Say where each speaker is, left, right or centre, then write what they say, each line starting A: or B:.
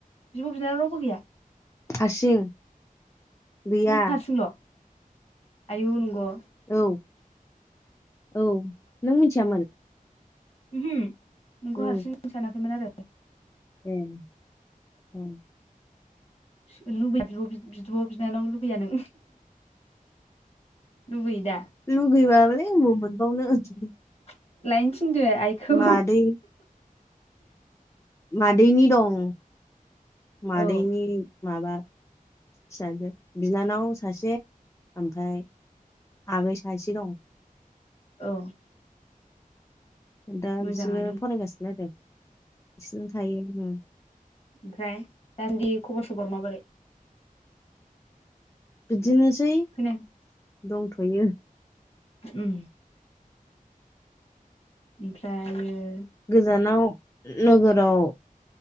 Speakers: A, on the left (about 45°); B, on the left (about 20°).
A: बिब' बिनानाव रावबो गैया
B: हारसिं गैया
A: नों हारसिल' आयौ नंगौ
B: औ औ नों मिथियामोन
A: उम हो नोंखौ
B: उम
A: हारसिं सानाखैमोन आरो
B: उम औ
A: <unintelligible> बिब' बिनानाव लुबैया नों लुबैयो दा
B: लुगैब्ला बोलाय बबाव मोनबावनो
A: <unintelligible> थिनदो आइखौ
B: मादै मादैनि दं मादैनि
A: औ
B: माबा फिसाजो बिनानाव सासे ओमफ्राय आगै सासे दं
A: औ
B: दा
A: मोजाङानो
B: बिसोरो फरायगासिनो आरो बिसोरनो थायो
A: ओमफ्राय दासान्दि खबर सबर माबोरै
B: बिदिनोसै
A: खोनाया
B: दंथ'यो
A: उम ओमफ्रायो
B: गोजानाव नोगोराव